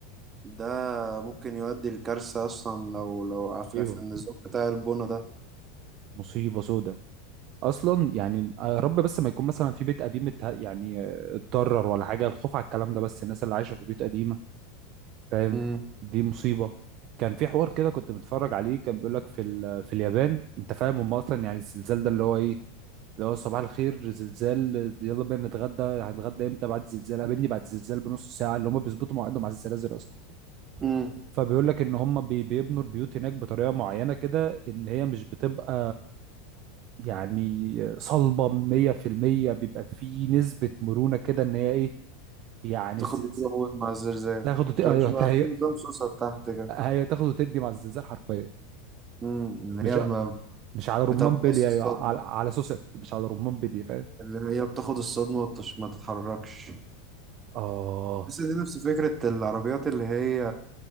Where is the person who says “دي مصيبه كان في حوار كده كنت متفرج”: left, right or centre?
Right